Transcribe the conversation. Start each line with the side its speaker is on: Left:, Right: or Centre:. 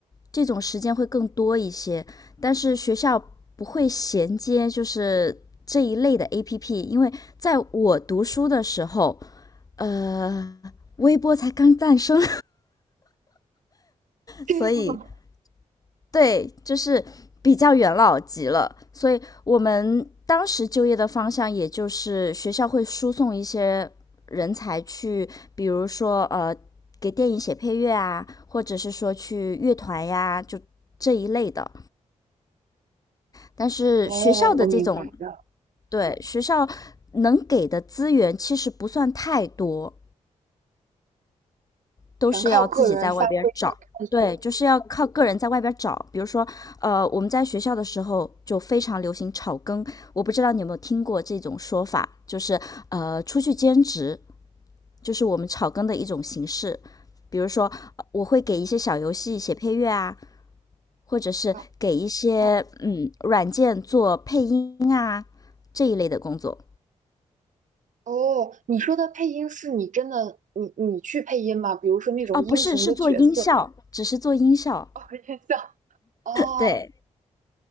Left: 这种时间会更多一些。但是学校不会衔接就是这一类的 APP，因为在我读书的时候，呃，微博才刚诞生，
Right: 这样啊
Left: <laughs> 所以对，就是比较元老级了，所以我们当时就业的方向，也就是学校会输送一些人才去，比如说呃，给电影写配乐啊，或者是说去乐团呀，就这一类的。但是学校的这种，
Right: 哦，我明白了，
Left: 对，学校能给的资源其实不算太多，都是要自己在外边找。
Right: 全靠个人发挥和探索。
Left: 对，就是要靠个人在外边找。比如说，呃，我们在学校的时候就非常流行炒更，我不知道你有没有听过这种说法，就是呃，出去兼职，就是我们炒更的一种形式。比如说，呃我会给一些小游戏写配乐啊，或者是给一些嗯软件做配音啊这一类的工作。
Right: 啊啊哦，你说的配音是你真的，你你去配音吗？比如说那种英雄的角色。
Left: 哦，不是，是做音效，只是做音效。
Right: 哦，印象。哦
Left: 对，